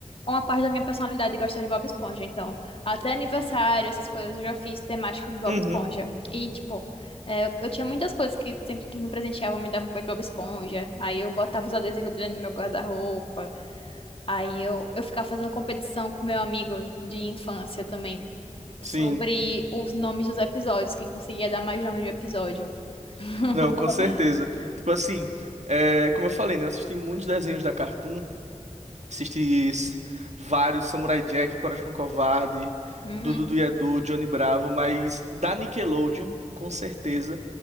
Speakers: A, on the left; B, on the right.
A: uma parte da minha personalidade de gostar de Bob Esponja. Então, até aniversário, essas coisas, eu já fiz temático de Bob
B: Uhum,
A: Esponja. E, tipo, é, eu tinha muitas coisas que sempre que me presenteavam me davam coisa de Bob Esponja. Aí eu botava os adesivos dele no meu guarda-roupa. Aí eu, eu ficava fazendo competição com meu amigo de infância também.
B: sim.
A: Sobre os nomes dos episódios, quem conseguia dar mais nome de episódio. <laughs>
B: Não, com certeza. Tipo assim, é, como eu falei, né, eu assisti muitos desenhos da Cartoon, Assisti s- vários Samurai Jack, Coragem com o Covarde,
A: Uhum.
B: Dudu do Edu, Johnny Bravo, mas da Nickelodeon, com certeza,